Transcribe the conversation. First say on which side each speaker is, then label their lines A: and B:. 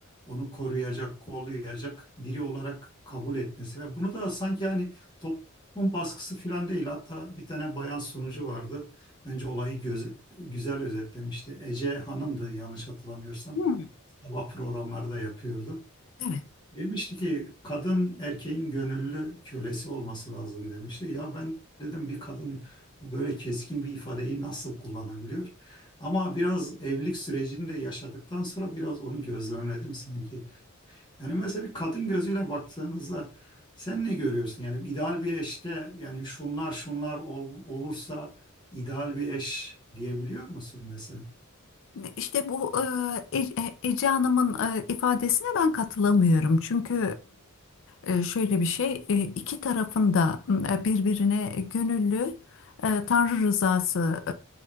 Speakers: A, on the left; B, on the left.
A: onu koruyacak, kollayacak biri olarak kabul etmesi ve bunu da sanki hani toplum bunun baskısı falan değil. Hatta bir tane bayan sunucu vardı. Bence olayı göz, güzel özetlemişti. Ece Hanım'dı yanlış hatırlamıyorsam.
B: Hmm.
A: Sabah programları da yapıyordu.
B: evet.
A: Demişti ki kadın erkeğin gönüllü kölesi olması lazım demişti. Ya ben dedim bir kadın böyle keskin bir ifadeyi nasıl kullanabiliyor? Ama biraz evlilik sürecini de yaşadıktan sonra biraz onu gözlemledim sanki. Yani mesela bir kadın gözüyle baktığınızda sen ne görüyorsun? Yani ideal bir eşte yani şunlar şunlar ol- olursa ideal bir eş diyebiliyor musun mesela?
B: İşte bu e, E- Ece Hanım'ın e, ifadesine ben katılamıyorum. Çünkü e, e, şöyle bir şey, e, iki tarafın da e, birbirine gönüllü e, Tanrı rızası